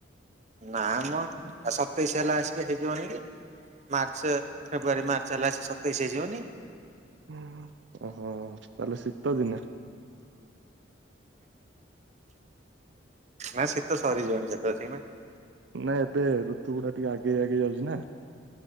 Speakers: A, on the right; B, on the right.
A: ନା ମ ଆଉ ସତେଇଶି ହେଲା ଆସିକି ହେଇ ଯିବନି କି ମାର୍ଚ୍ଚ ଫେବୃଆରୀ ମାର୍ଚ୍ଚ ହେଲା ଆସିକି ସତେଇଶ ହେଇଯିବନି।
B: ଉଁ ହୁଁ ଓହୋ ତାହେଲେ ଶୀତ ଦିନେ?
A: ନା ଶୀତ ସରି ଯଉଣି <unintelligible>
B: ନାଇ ଏବେ ଋତୁ ଗୁଡା ଟିକେ ଆଗେଇ ଆଗେଇ ଯାଉଛି ନା।